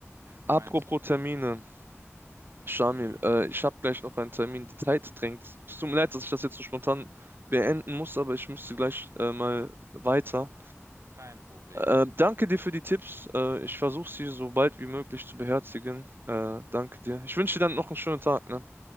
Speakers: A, on the right; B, on the right.
A: Meinst
B: Apropos
A: du?
B: Termine, Shamil,
A: Hm,
B: äh, ich habe gleich noch einen Termin, die Zeit drängt. Es tut mir leid, dass ich das jetzt so spontan beenden muss, aber ich müsste gleich äh, mal weiter.
A: kein Problem,
B: Äh,
A: kein
B: danke
A: Problem.
B: dir für die Tipps. Äh, ich versuche sie so bald wie möglich zu beherzigen. Äh, danke dir. Ich wünsche dir dann noch einen schönen Tag, ne?